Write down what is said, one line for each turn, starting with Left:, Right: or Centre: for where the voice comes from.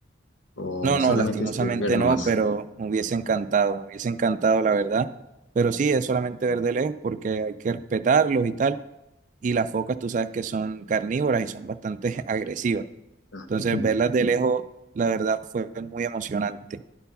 Left: o
Right: No,
Left: solamente
Right: no, lastimosamente
Left: este, ver nomás.
Right: no, pero me hubiese encantado, me hubiese encantado, la verdad. Pero sí, es solamente ver de lejos porque hay que respetarlos y tal. Y las focas, tú sabes que son carnívoras y son bastante <laughs> agresivas.
Left: Ah,
Right: Entonces,
Left: <laughs>
Right: verlas de lejos, la verdad, fue muy emocionante.